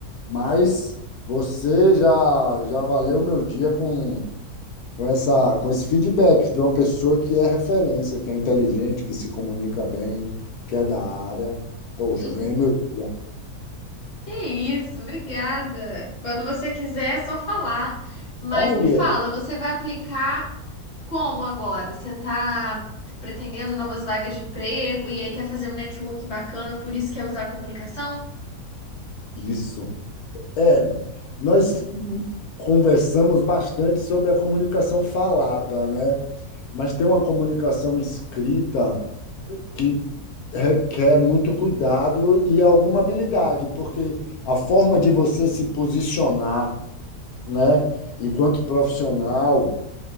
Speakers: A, on the left; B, on the left.
A: Mas você já, já valeu meu dia com, com essa, com esse feedback de uma pessoa que é referência, que é inteligente, que se comunica bem, que é da área. Poxa,
B: <laughs>
A: eu ganhei meu dia.
B: Que isso, obrigada. Quando você quiser, é só falar. Mas
A: Aí,
B: me fala,
A: eu-
B: você vai aplicar como agora? Você está pretendendo novas vagas de emprego e aí quer fazer um networking bacana, por isso quer usar a comunicação?
A: isso. É, nós conversamos bastante sobre a comunicação falada, né? Mas tem uma comunicação escrita que requer muito cuidado e alguma habilidade, porque a forma de você se posicionar, né, enquanto profissional